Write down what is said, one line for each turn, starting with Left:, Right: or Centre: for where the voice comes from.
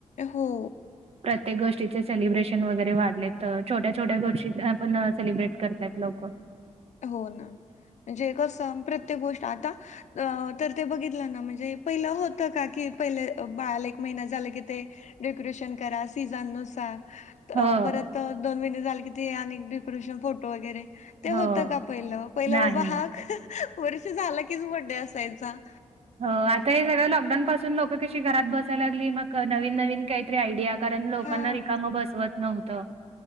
Left: हो.
Right: प्रत्येक गोष्टीचे सेलिब्रेशन वगैरे वाढलेत, तर छोट्या छोट्या गोष्टी पण सेलिब्रेट करत लोकं
Left: हो ना, म्हणजे कसं प्रत्येक गोष्ट आता अ तर ते बघितलं ना, म्हणजे पहिलं होतं का की पहिले बाळाला एक महिना झाला की ते डेकोरेशन करा सीझननुसार
Right: हो.
Left: परत दोन महिने झाले की डेकोरेशन फोटो वगैरे ते
Right: हो.
Left: होतं का पहिला, पहिलं
Right: नाही,
Left: बाबा
Right: नाही.
Left: हा, वर्ष झालं कीच बडडे असायचा
Right: हो, आता हे सगळं लॉकडाऊन पासून लोकं कशी घरात बसाय लागली, मग नवीन नवीन काहीतरी आयडिया कारण लोकांना
Left: हां.
Right: रिकामं बसवत नव्हतं.